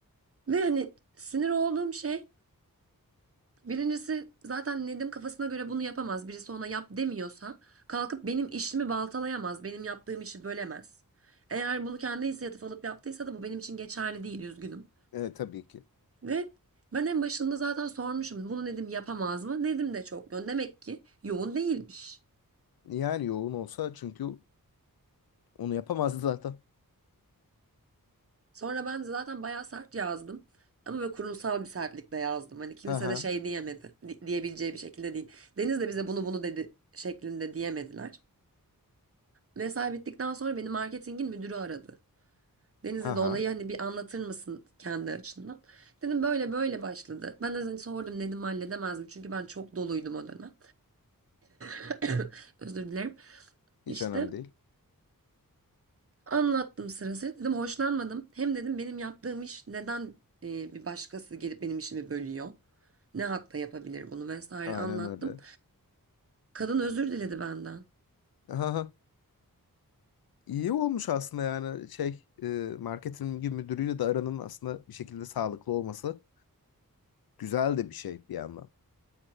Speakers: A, on the right (about 40°); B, on the left (about 85°).
A: Ve hani sinir olduğum şey Birincisi zaten Nedim kafasına göre bunu yapamaz. Birisi ona yap demiyorsa kalkıp benim işimi baltalayamaz. Benim yaptığım işi bölemez. Eğer bunu kendi inisiyatif alıp yaptıysa da bu benim için geçerli değil, üzgünüm.
B: Evet, tabii ki.
A: Ve ben en başında zaten sormuşum bunu Nedim yapamaz mı? Nedim de çok yoğun. Demek ki yoğun değilmiş.
B: Yani yoğun olsa çünkü onu yapamazdı <laughs> zaten.
A: Sonra ben zaten bayağı sert yazdım. Ama böyle kurumsal bir sertlikle yazdım. Hani kimse
B: Ha ha.
A: de şey diyemedi. di- Diyebileceği bir şekilde değil. Deniz de bize bunu bunu dedi şeklinde diyemediler. Mesai bittikten sonra beni marketingin müdürü aradı. Deniz
B: Ha
A: dedi olayı
B: ha.
A: hani bir anlatır mısın kendi açından? Dedim böyle böyle başladı. Ben de hani sordum dedim halledemez mi? Çünkü ben çok doluydum o dönem. <coughs> <laughs> Özür dilerim.
B: Hiç
A: İşte
B: önemli değil.
A: anlattım sırası. Dedim hoşlanmadım. Hem dedim benim yaptığım iş neden e, bir başkası gelip benim işimi bölüyor? Ne hakla yapabilir bunu vesaire
B: Aynen
A: anlattım.
B: öyle.
A: Kadın özür diledi benden.
B: Ha ha. İyi olmuş aslında yani şey e, marketing müdürüyle de aranın aslında bir şekilde sağlıklı olması güzel de bir şey bir yandan.